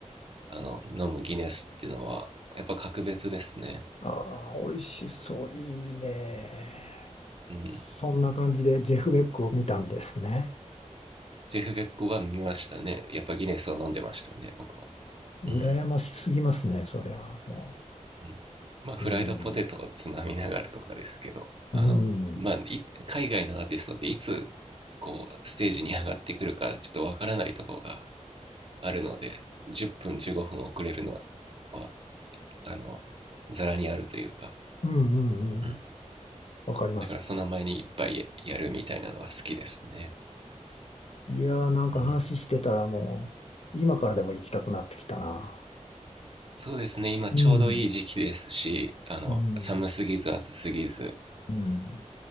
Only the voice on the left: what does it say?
ああ、美味しそう、いいね。
そんな感じでジェフ・ベックを見たんですね。
羨ましすぎますね、それはも
う。うん、うん、
うん、うん、うん。
わかります。
いやー、なんか話してたらもう、
今からでも行きたくなってきたな。
うん、
うん、
うん。